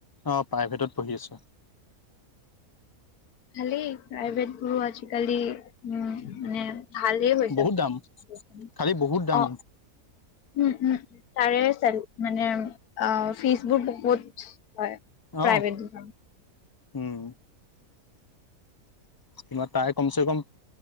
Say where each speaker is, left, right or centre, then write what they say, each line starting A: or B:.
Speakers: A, on the left (about 35°); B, on the left (about 85°).
A: অ প্ৰাইভেটত পঢ়ি আছো।
B: খালি প্ৰাইভেট বুৰো আজিকালি উ মানে ভালেই হৈ যায়
A: বহুত দাম, খালি বহুত দাম,
B: অ। উম উম উ তাৰে মানে অ ফিজ বোৰ বহুত হয়। প্ৰাইভেট
A: অ',
B: বোৰ
A: উম, কিবা তাই কমচে কম।